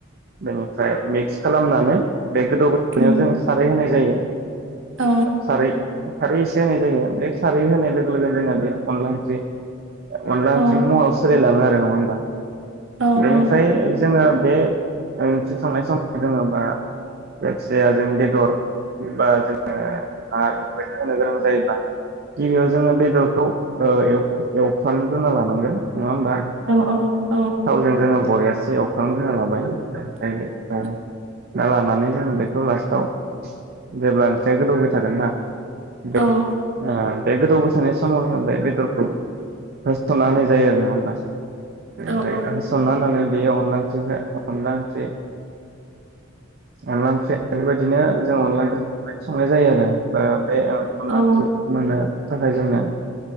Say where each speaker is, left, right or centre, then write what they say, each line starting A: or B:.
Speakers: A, on the right; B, on the right.
A: बेनिफ्राय मिक्स खालामनानै बे गोदौबाय थानायाव
B: उम
A: जोङो खारै होनाय जायो।
B: औ
A: खारै खारै एसे होनाय जायो बे सारै होनाय लोगो लोगोनो जोंना बेयो अनला ओंख्रि अनला
B: औ
A: ओंख्रिनि महराव सोलायलाङो आरो नंङा होमबा?
B: औ
A: बेनिफ्राय
B: औ
A: जोङो बे ओंख्रि संनाय समाव जोङो बा जायखिजाया जों बेदर बा जोङो आरो बेफोरबायदि होनो गोनां जायोबा गिबियाव जोङो बेदरखौ ओ एव-एवफ्राम ग्रोना लानांगोन नङा होमबा?
B: औ
A: थावजों जोङो बरियासे एवफ्राम ग्रोना लाबाय ओमफाय
B: उम
A: ओ ना लानानै जों बेखौ लास्टाव जेब्ला ओंख्रिया गोदौबाय थागोन ना बे
B: औ
A: ओ बे गोदौबाय थानाय समाव जोङो बे-बेदर <unintelligible> होसनना होनाय जायो आरो नङा होमबा? इनिफाय
B: औ औ
A: होसनना होनानै बेयो अनला ओंख्रि जा अनला ओंख्रि अनला ओंख्रिआ बेफोरबायदिनो जों अनदला ओंख्रि बेफोरबादि संनाय जायो आरो। ओ बे ओ अनला
B: औ
A: ओंख्रि मोननो थाखाय जोंना